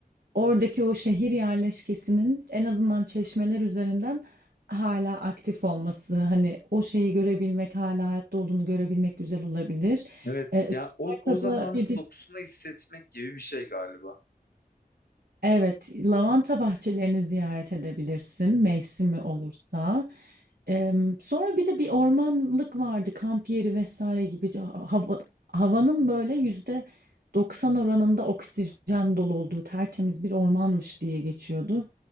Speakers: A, on the right; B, on the left.
A: oradaki o şehir yerleşkesinin en azından çeşmeler üzerinden hala aktif olması. Hani o şeyi görebilmek, hala hayatta olduğunu görebilmek güzel olabilir.
B: Evet.
A: Ee,
B: Ya
A: Isparta'da
B: o, o zamanın
A: bir de
B: dokusunu hissetmek gibi bir şey galiba.
A: Evet, lavanta bahçelerini ziyaret edebilirsin mevsimi olursa. Em, sonra bir de bir ormanlık vardı, kamp yeri vesaire gibi. Ha- Hava, havanın böyle yüzde 90 oranında oksijen dolu olduğu tertemiz bir ormanmış diye geçiyordu.